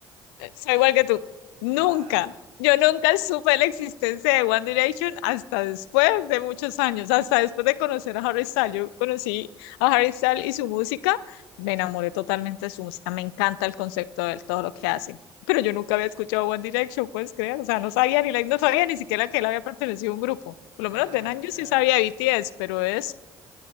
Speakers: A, on the left; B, on the right.
A: Soy igual que tú. Nunca.
B: Ah,
A: Yo nunca supe la existencia de One Direction hasta después de muchos años, hasta después de conocer a Harry Styles. Yo conocí a Harry Styles y su música, me enamoré totalmente de su música, me encanta el concepto de él, todo lo que hace. Pero yo nunca había escuchado One Direction, puedes creer, o sea, no sabía ni, la- no sabía ni siquiera que él había pertenecido a un grupo. Por lo
B: ah,
A: menos de Nanjo
B: claro.
A: sí sabía de BTS, pero es